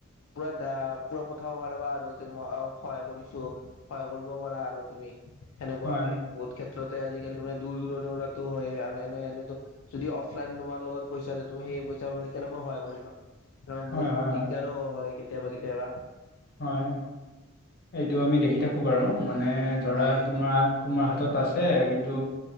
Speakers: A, on the left; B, on the left.
A: পুৰা দা পুৰা পঠাব পাৰা বা আৰু মই সহায় কৰিছো। সহায় কৰবও পাৰা আৰু তুমি সেনেকুৱাকে।
B: হয় হয়
A: বহুত ক্ষেত্ৰতে আজি-কালি মানে দূৰ দূৰণিৰ পৰাটো হয়ে আৰু এনে এনেটো যদি অফলাইন তোমাৰ লগত পইচা আছে তুমি সেই পইচা মানে কেনেকৈ সহায় কৰিবা? অ
B: হয়
A: বহুত
B: হয়
A: দিগদাৰো
B: হয়
A: হয় কেতিয়াবা কেতিয়াবা।
B: হয়, এইটো আমি দেখি থাকো বাৰু। মানে ধৰা
A: হয়
B: তোমাৰ হাত তোমাৰ হাতত আছে কিন্তু